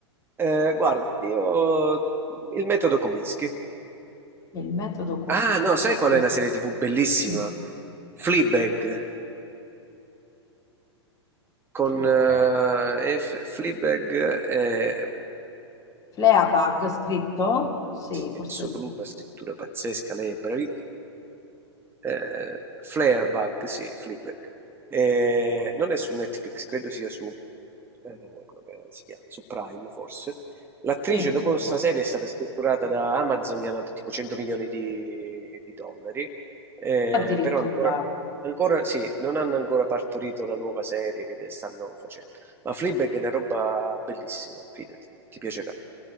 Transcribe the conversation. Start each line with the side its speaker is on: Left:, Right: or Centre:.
Right: eh, guarda, io il metodo Kominsky.
Left: Il metodo commissario,
Right: Ah, no, sai qual è una serie TV bellissima?
Left: mm.
Right: Fleabag, con
Left: Flippe.
Right: eh, F- Fleabag è
Left: Fleabag scritto? Sì,
Right: in
Left: forse
Right: assoluto
Left: lei.
Right: una scrittura pazzesca, lei è bravi- eh, Fleabag, sì, Fleabag. Eh, non è su Netflix, credo sia su, eh, come che si chiama? Su Prime forse. L'attrice
Left: Sì,
Right: dopo
Left: su
Right: questa
Left: Prime.
Right: serie è stata strutturata da Amazon, gli hanno dato tipo 100 milioni di, di dollari, eh,
Left: Addirittura.
Right: però ancora, ancora sì, non hanno ancora partorito la nuova serie che de- stanno facendo. Ma Fleabag è una roba bellissima, fidati, ti piacerà.